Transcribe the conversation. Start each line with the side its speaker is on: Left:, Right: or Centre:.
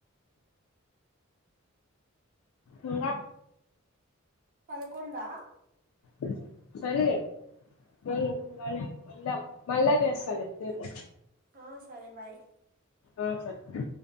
Left: ఇంగ
Right: పదకొండా
Left: ఆ సర్లే హుమ్ మనం వెళ్దాం మల్లా చేస్తాలే రేపు
Right: ఆ సరే బాయ్
Left: ఆ సరే